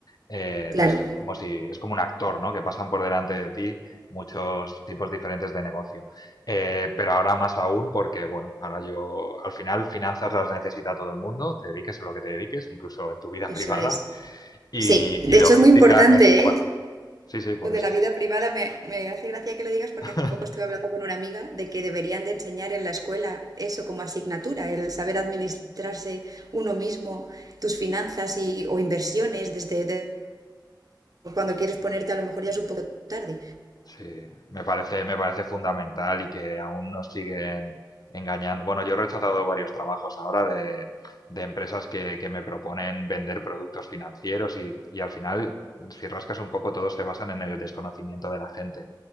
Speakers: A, on the left (about 55°); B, on the right (about 50°).
A: Eh,
B: Claro,
A: entonces es como si, es como un actor, ¿no? Que pasan por delante de ti muchos tipos diferentes de negocio. Eh, pero ahora más aún porque, bueno, ahora yo, al final finanzas las necesita todo el mundo, te dediques a lo que te dediques, incluso en tu vida
B: eso
A: <laughs> privada,
B: es.
A: y,
B: Sí, de
A: y logística
B: hecho es muy importante,
A: casi igual.
B: ¿eh?
A: Sí, sí, por
B: Lo de
A: eso.
B: la vida privada me, me hace gracia que lo digas porque
A: <laughs>
B: hace poco estuve hablando con una amiga de que deberían de enseñar en la escuela eso como asignatura, el saber administrarse uno mismo, tus finanzas y, o inversiones desde, de- cuando quieres ponerte a lo mejor ya es un poco tarde.
A: Sí, me parece, me parece fundamental y que aún nos siguen engañando. Bueno, yo he rechazado varios trabajos ahora de, de empresas que, que me proponen vender productos financieros y, y al final, si rascas un poco, todos se basan en el desconocimiento de la gente.